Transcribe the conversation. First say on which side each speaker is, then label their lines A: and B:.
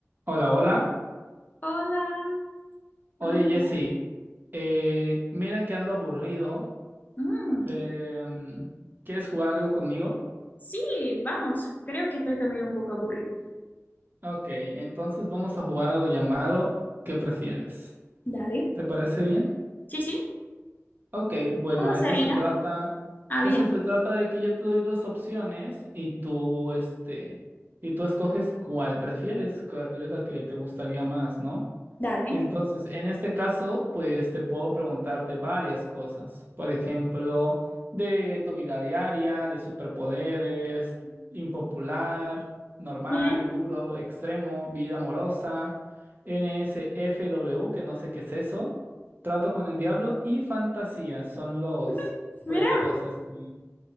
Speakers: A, on the right (about 40°); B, on the left (about 35°).
A: Hola, hola.
B: Hola, ¿todo
A: Oye,
B: bien?
A: Jesse, eh, mira que ando aburrido.
B: Mm,
A: Eh, mm, ¿quieres jugar algo conmigo?
B: sí, vamos, creo que estoy también un poco aburrida.
A: Ok, entonces vamos a jugar algo llamado ¿Qué prefieres?
B: Dale,
A: ¿Te parece bien?
B: Sí, sí,
A: Ok, bueno,
B: ¿cómo
A: esto
B: sería?
A: se trata,
B: Ah,
A: esto
B: bien,
A: se trata de que yo te doy dos opciones y tú, este, y tú escoges cuál prefieres, cuál es la que te gustaría más, ¿no?
B: dale.
A: Entonces, en este caso, pues te puedo preguntar de varias cosas. Por ejemplo, de tu vida diaria, de superpoderes, impopular, normal,
B: bien.
A: duro, extremo, vida amorosa, N S F W, que no sé qué es eso, trato con el diablo y fantasía. Son los,
B: <laughs> Mira,
A: pues los, este,